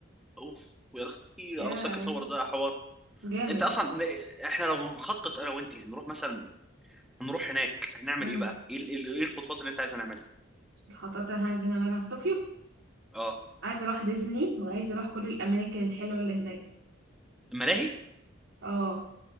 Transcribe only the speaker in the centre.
اوف ويا اختي
اراساكا
تاور ده حوار
انت اصلا ن- احنا لو نخطط انا وانت نروح مثلا نروح هناك هنعمل
ايه بقى ايه ال- إيه ال- إيه الخطوات اللي انت عايز نعملها
اه
الملاهي